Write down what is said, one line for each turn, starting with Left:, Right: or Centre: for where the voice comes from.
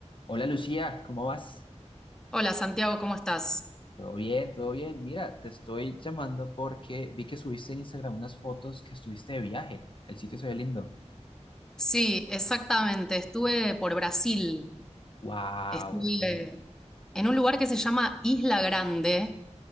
Left: Hola Lucía, ¿cómo vas?
Centre: Hola Santiago, ¿cómo estás?
Left: ¿Todo bien? ¿Todo bien? Mira, te estoy llamando porque vi que subiste en Instagram unas fotos que estuviste de viaje. El sitio se ve lindo.
Centre: Sí, exactamente. Estuve por Brasil.
Left: Wow,
Centre: Estuve
Left: ok,
Centre: en un lugar que se llama Isla Grande,